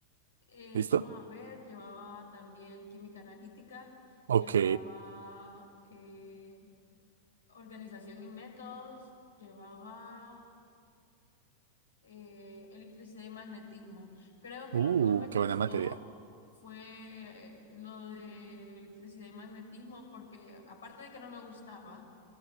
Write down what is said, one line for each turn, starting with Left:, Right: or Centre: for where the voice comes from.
Left: Eh,
Right: ¿Listo?
Left: vamos a ver, llevaba también química analítica,
Right: Ok.
Left: llevaba eh, organización y métodos, llevaba eh, electricidad y magnetismo. Creo que
Right: Uh,
Left: lo que más me costó
Right: qué buena materia.
Left: fue lo de electricidad y magnetismo, porque aparte de que no me gustaba,